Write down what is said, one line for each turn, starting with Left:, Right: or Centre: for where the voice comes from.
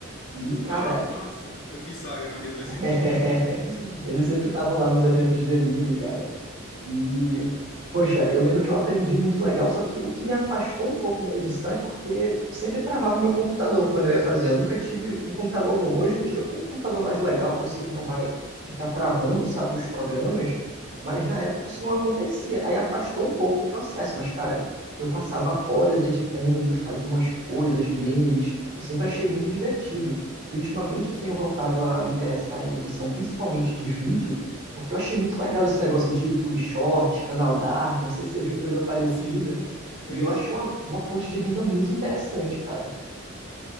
Right: E, cara,
Left: Ah, nossa, eu fiz Saga na minha adolescência.
Right: <laughs> eles
Left: Hum,
Right: sempre estavam lá nos eventos de anime, cara. E, poxa, eu lembro que eu aprendi muito legal, só que o que me afastou um pouco da edição é porque sempre travava meu computador quando eu ia fazer. Eu nunca tive um computador bom. Hoje em dia eu tenho um computador mais legal, que eu sei que não vai ficar travando, sabe, os programas, mas na época isso não acontecia. Aí afastou um pouco o processo, mas cara, eu passava horas editando, fazia umas coisas, memes. Eu sempre achei muito divertido. E ultimamente
Left: Sim,
Right: eu tenho voltado a me interessar em edição, principalmente de vídeo. Porque eu achei muito legal esse negócio de YouTube Short, Canal Dark, eu não sei se você viu coisa parecida.
Left: sim, conheço.
Right: E eu acho uma, uma fonte de renda muito interessante, cara.